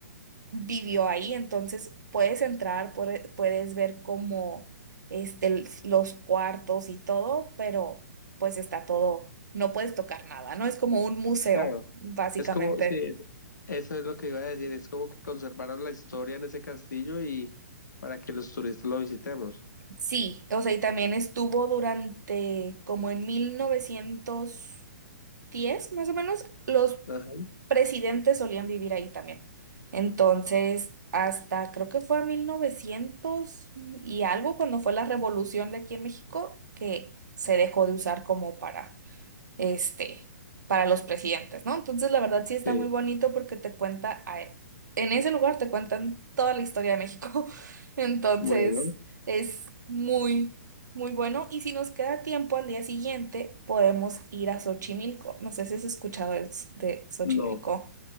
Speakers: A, on the right (about 80°); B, on the left (about 85°).
A: vivió ahí, entonces puedes entrar, puede- puedes ver como este, el- los cuartos y todo, pero pues está todo, no puedes tocar nada, ¿no? Es como un museo,
B: claro.
A: básicamente.
B: Es como, sí, es- eso es lo que iba a decir, es como que conservaron la historia en ese castillo y para que los turistas lo visitemos.
A: Sí, o sea, y también estuvo durante como en mil novecientos diez más o menos, los
B: Ajá,
A: presidentes solían vivir ahí también. Entonces, hasta creo que fue a 1900 y algo, cuando fue la revolución de aquí en México, que se dejó de usar como para, este, para los presidentes, ¿no? Entonces, la verdad sí está
B: sí,
A: muy bonito porque te cuenta, a- e, en ese lugar te cuentan toda la historia de México. <laughs> Entonces,
B: bueno,
A: es muy, muy bueno. Y si nos queda tiempo al día siguiente, podemos ir a Xochimilco. No sé si has escuchado de de Xochimilco.
B: no.